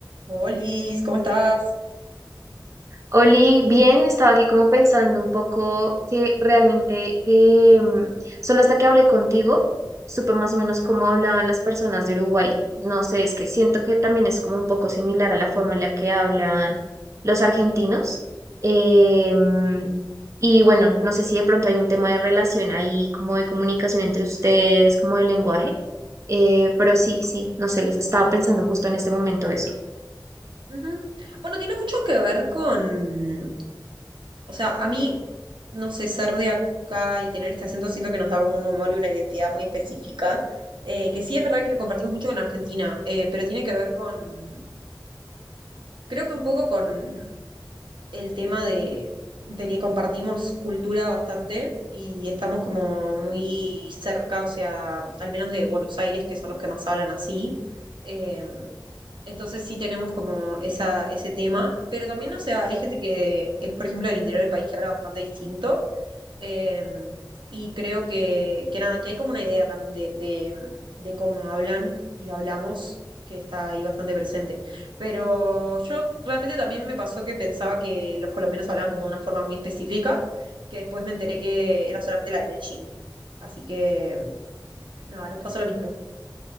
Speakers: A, on the right; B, on the right.
A: Olis, ¿cómo estás?
B: Oli, bien, estaba aquí como pensando un poco que realmente eh, solo hasta que hablé contigo supe más o menos cómo hablaban las personas de Uruguay. No sé, es que siento que también es como un poco similar a la forma en la que hablan los argentinos. Em, y bueno, no sé si de pronto hay un tema de relación ahí, como de comunicación entre ustedes, como de lenguaje. Eh, pero sí, sí, no sé, les estaba pensando justo en este momento eso.
A: Ujú. Bueno, tiene mucho que ver con, o sea, a mí, no sé, ser de acá y tener este acento siento que nos da como un humor y una identidad muy específica, eh, que sí es verdad que lo compartimos mucho con Argentina, eh, pero tiene que ver con, creo que un poco con el tema de, de que compartimos cultura bastante y estamos como muy cerca, o sea, al menos de Buenos Aires, que son los que más hablan así. em, Entonces sí tenemos como esa, ese tema, pero también, o sea, hay gente que es, por ejemplo, del interior del país que habla bastante distinto, eh, y creo que, que nada, que hay como una idea también de, de, de cómo hablan y hablamos, que está ahí bastante presente. Pero yo realmente también me pasó que pensaba que los colombianos hablaban como de una forma muy específica, que después me enteré que era solamente la de Medellín. Así que, nada, nos pasó lo mismo.